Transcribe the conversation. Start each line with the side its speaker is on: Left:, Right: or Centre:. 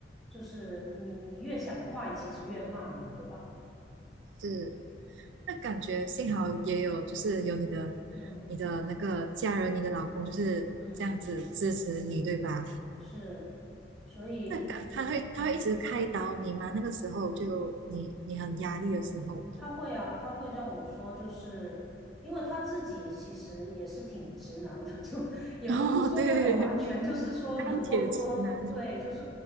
Centre: 就是你你越想快，其实越慢嘛，对吧？
Right: 是。那感觉幸好也有，就是有你的、
Centre: 嗯
Right: 你的那个家人、你的老公，就是这样子支持你，
Centre: 嗯，
Right: 对吧？
Centre: 是，所以
Right: 那感他会他会一直开导你吗？
Centre: 嗯。
Right: 那个时候就你你很压力的时候，
Centre: 嗯，他会啊，他会让我说，就是因为他自己其实也是挺直男的，<laughs> 就也不是说那么完全，
Right: <laughs> 哦，对，
Centre: 就是说能够说对，
Right: 钢铁直男，
Centre: 就是